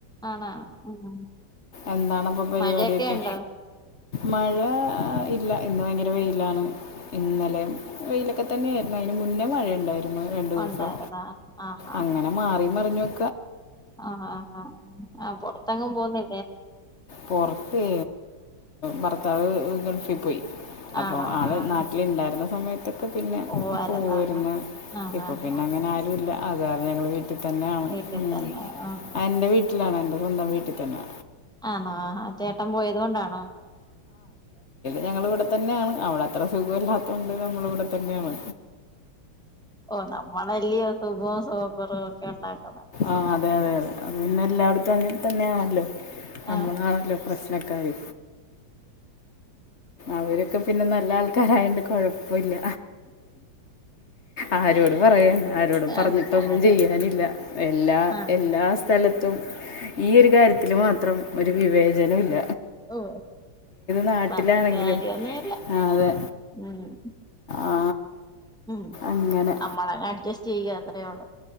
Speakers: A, in the centre; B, on the left.
A: ആണാണ് ഉം
B: എന്താണ്പ്പൊ പരിപാടിയൊക്കെ?
A: മഴയൊക്കെ ഉണ്ടോ
B: മഴ ഇല്ല ഇന്ന് ഭയങ്കര വെയിലാണ് ഇന്നലേം വെയില ഒക്കെ തന്നെയായിരുന്നു അയ്ന് മുന്നേ മഴയുണ്ടായിരുന്നു രണ്ടുസം
A: ഉണ്ടായിരുന്നോ ആഹ് ആഹ്
B: അങ്ങനെ മാറി മറിഞ്ഞും
A: ആഹ് ആഹ് ആഹ് പൊർത്തെങ്ങും പോവ്ന്നി
B: പൊർത്തേ ഭർത്താവ് ഗൾഫി പോയി അപ്പ
A: ആണോ
B: ആള്
A: ആഹ്
B: നാട്ടില് ഇണ്ടായിരുന്ന സമയ ഇപ്പ പിന്നെ
A: പോവായിരുന്നോ
B: പോയിര്ന്ന്
A: ആഹ്
B: ഇപ്പ
A: ആഹ്
B: പിന്നെ അങ്ങനെ ആരു ഇല്ല അത് കാരണം ഞങ്ങള് പി ട്ട് തന്നെയാണ്
A: വീട്ടിൽ
B: ഉം
A: തന്നെ ആ
B: എന്റെ വീട്ടിലാണ് എന്റെ സ്വന്തം വീട്ടിൽ തന്നെ
A: ആണോ ചേട്ടൻ പോയത് കൊണ്ടാണോ?
B: ഞങ്ങള് ഇവിടെ തന്നെണ് അവടെ അത്ര സുഖല്ലാത്തോണ്ട് നമ്മള് ഇവിടെ തന്നെണ്
A: ഓഹ് നമ്മളല്ലയോ സുഖവും സുഖകോറവും ഒക്കെ ഉണ്ടാക്
B: ആഹ് അതെ അതെ അതെ അത് പിന്നെ എല്ലാട്ത്തും അങ്ങൻ തന്നെയാണല്ലോ നമ്മളാണല്ലോ
A: ആ
B: പ്രശ് നക്കാര് അവരൊക്കെ പിന്നെ നല്ല ആൾക്കാരായോണ്ട് കോ പ്പോല്ല ആരോട് പറയാൻ ആരോടും പറഞ്ഞിട്ടൊന്നും
A: ആ ആരോ
B: ചെയ്യാനില്ല എല്ലാ
A: ആ
B: എല്ലാ സ്ഥലത്തും ഈ ഒരു കാര്യ ത്തിൽ മാത്രം ഒരു വിവേചനോല്ല
A: ഓഹ്
B: നാട്ടിലാണെങ്കിലും
A: പറഞ്ഞിട്ട് കാര്യൊന്നുവില്ല
B: അതെ
A: ഉം
B: ആ,
A: ഉം
B: അങ്ങനെ
A: നമ്മളങ് അഡ്ജസ്റ്റ് ചെയ്യുക അത്രേള്ളൂ